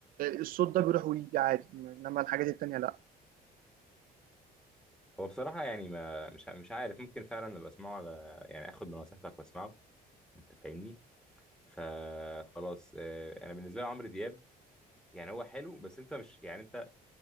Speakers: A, on the right (about 60°); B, in the centre.
A: الصوت ده بيروح ويجي عادي انما الحاجات التانيه لا
B: هو بصراحة يعني ما مش ع- مش عارف ممكن فعلا ابقى اسمعه على يعني اخد بنصيحتك واسمعه انت فاهمني فخلاص آه، انا بالنسبة لي عمرو دياب يعني هو حلو بس انت مش يعني انت